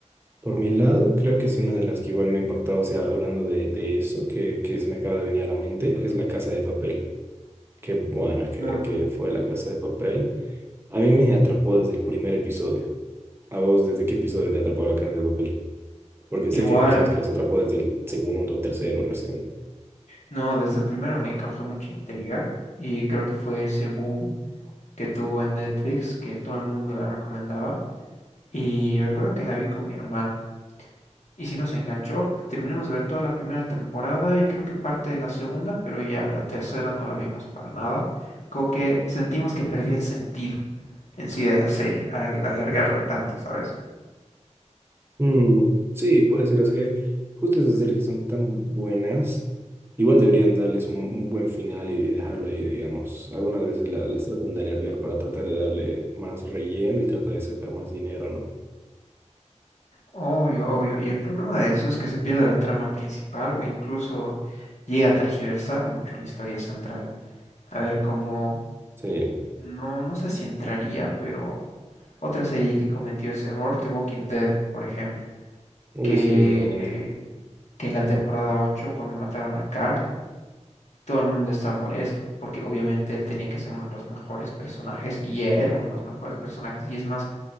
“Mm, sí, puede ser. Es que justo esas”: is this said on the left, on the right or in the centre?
Right